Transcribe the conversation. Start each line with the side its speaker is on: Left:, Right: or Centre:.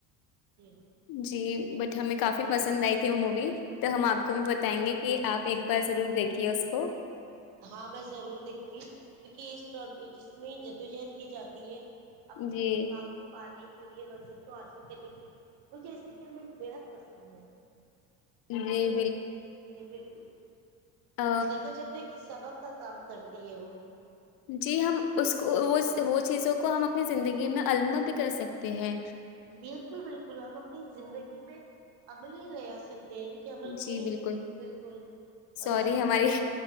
Right: جی
Left: جی بٹ ہمیں کافی
Right: دیکھیے
Left: پسند آئی تھی وہ مووی تو ہم آپ کو بھی بتائیں گے کہ آپ ایک بار ضرور دیکھیے اس کو
Right: ہاں میں ضرور دیکھوں گی کیونکہ جس میں جدوجہد کی جاتی ہے اپنے
Left: جی
Right: مقام کو پانے لیئے منزل کو حاصل کرنے کے مجھے ایسی فلمیں بےحد پسند ہیں
Left: جی
Right: ب جی بالکل
Left: ہ
Right: دیکھا جائے تو ایک سبق کا کام کرتی ہے وہ
Left: جی ہم اس وہ وہ چیزوں کو ہم اپنی زندگی میں اللم بھی کر سکتے ہیں
Right: بالکل بالکل ہم اپنی زندگی میں عمل ہی لیا سکتے ہیں کیونکہ عمل
Left: جی
Right: میں
Left: بالکل
Right: بالکل
Left: سوری
Right: اگر ہم
Left: ہماری
Right: ان کو